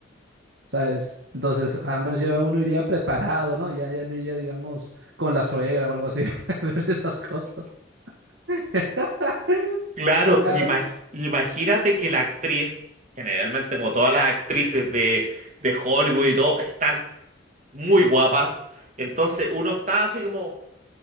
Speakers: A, on the right; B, on the right.
A: ¿sabes? Entonces, al menos ya uno iría preparado, ¿no? Ya, ya no iría, digamos, con la suegra o algo así, <laughs> a ver esas cosas. <laughs>
B: Claro,
A: Claro.
B: y imag- imagínate que la actriz, generalmente como todas las actrices de, de Hollywood y todo, están muy guapas. Entonces uno está así como,